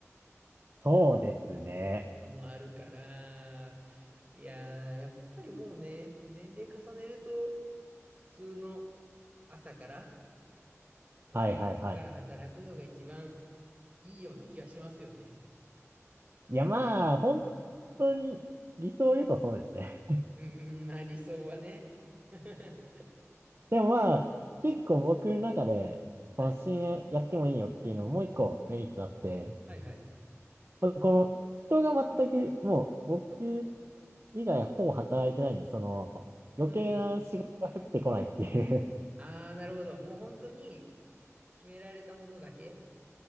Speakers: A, on the right; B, on the right.
A: そうですね。
B: うんのもあるから、いやー、やっぱりもうね、年齢重ねると、普通の朝から、とか、
A: はいはいはい。
B: 昼から働くのが一番いいような気がしますよね。
A: いやまあ、本当に理想を言うとそうですね。
B: うんうん、まあ理想はね。<laughs>
A: <laughs> でもまあ、結構僕の中で、
B: はい。
A: この深夜やってもいいよっていうのももう一個メリットあって、
B: はいはい。
A: まあこの人が全く、もう僕以外ほぼ働いてないんで、その余計な仕事が降ってこないっていう
B: うんうん。
A: <laughs>
B: ああ、なるほど。もう本当に決められたものだけ